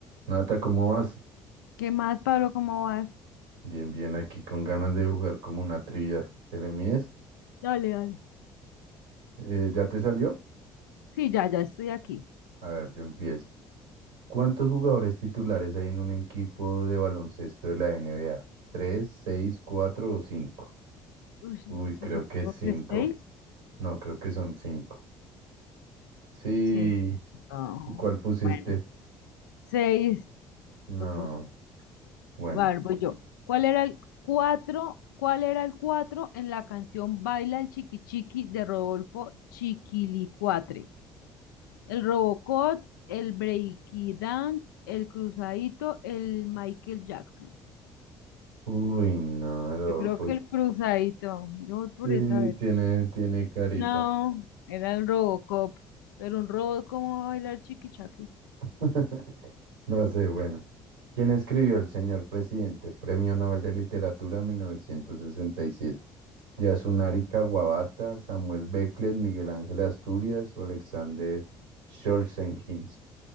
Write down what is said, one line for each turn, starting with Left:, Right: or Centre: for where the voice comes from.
Right: Nata, ¿cómo vas?
Left: ¿Qué más, Pablo? ¿Cómo vas?
Right: Bien, bien, aquí con ganas de jugar como una trivia. ¿Te le mides?
Left: Dale, dale.
Right: Eh, ¿ya te salió?
Left: Sí, ya, ya estoy aquí.
Right: A ver, yo empiezo. ¿Cuántos jugadores titulares hay en un equipo de baloncesto de la NBA? ¿Tres, seis, cuatro o cinco?
Left: Uy,
Right: Uy,
Left: no sé,
Right: creo
Left: Supongo
Right: que es cinco.
Left: que que seis.
Right: No, creo que son cinco. Sí.
Left: Sí. No,
Right: ¿Y cuál pusiste?
Left: bueno, seis.
Right: No.
Left: Lo puse.
Right: Bueno.
Left: A ver, voy yo. ¿Cuál era el cuatro? ¿Cuál era el cuatro en la canción Baila el Chiqui Chiqui de Rodolfo Chiquilicuatre? El Robocop, el Breaky Dance, el Cruzadito, el Michael Jackson.
Right: Uy, no, Adolfo.
Left: Yo creo que el Cruzadito. Yo voy por
Right: Sí,
Left: esa vez.
Right: tiene, tiene carita.
Left: No, era el Robocop, pero un robot como va a bailar chiquichaque.
Right: <laughs> No sé, bueno. ¿Quién escribió El señor presidente? Premio Nobel de Literatura 1967. Yasunari Kawabata, Samuel Beckett, Miguel Ángel Asturias o Alexander Solzhenitsyn.